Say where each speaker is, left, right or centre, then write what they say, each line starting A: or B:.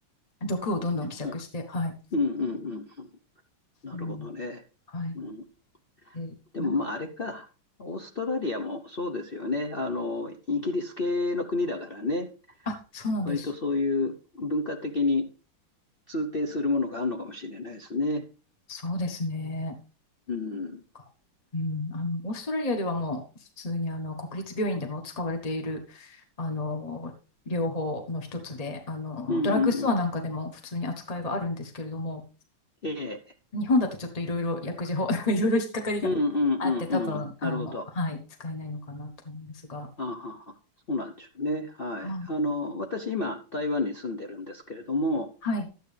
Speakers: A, on the left; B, on the left.
A: 毒をどんどん希釈して、
B: うん
A: はい。
B: うんうんうん。なるほどね。
A: うん、はい。
B: うん、
A: で、
B: でも、
A: なんか、
B: まあ、あれか。オーストラリアもそうですよね。あの、イギリス系の国だからね。
A: あ、そうなんです。
B: 割とそういう文化的に通底するものがあるのかもしれないですね。
A: そうですね。
B: うん。
A: かうん、あの、オーストラリアではもう、普通にあの国立病院でも使われている、あの、療法の一つで、あの、
B: うんうんうん。
A: ドラッグストアなんかでも普通に扱いがあるんですけれども、
B: ええ。
A: 日本だとちょっといろいろ薬事法、<laughs> いろいろ引っかかりがあって、
B: うんうんうんうん。
A: 多分、あの、
B: なるほど。
A: はい、使えないのかなと思うんですが、
B: あはは。そうなんでしょうね。はい。
A: はい、
B: あの、私今、台湾に住んでるんですけれども、
A: はい、